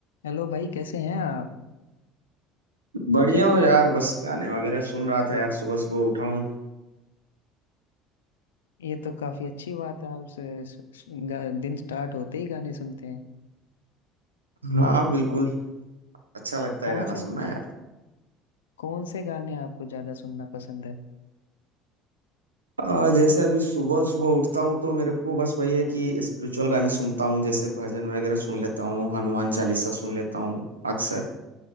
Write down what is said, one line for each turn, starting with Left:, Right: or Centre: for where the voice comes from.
Left: हेलो भाई कैसे हैं आप
Right: बढ़िया हो यार बस गाने वगैरह सुन रहा था यार सुबह सुबह उठा हूँ
Left: ये तो काफी अच्छी बात है आप से- स- स- गा- दिन स्टार्ट होते ही गाने सुनते हैं
Right: हाँ बिल्कुल अच्छा लगता
Left: कौन
Right: है गाना
Left: से
Right: सुनना यार
Left: कौन से गाने आपको ज्यादा सुनना पसंद है
Right: अ, जैसे अभी सुबह सुबह उठता हूँ तो मेरे को बस वही है कि स्पिरिचुअल गाने सुनता हूँ जैसे भजन वगैरह सुन लेता हूँ हनुमान चालीसा सुन लेता हूँ अक्सर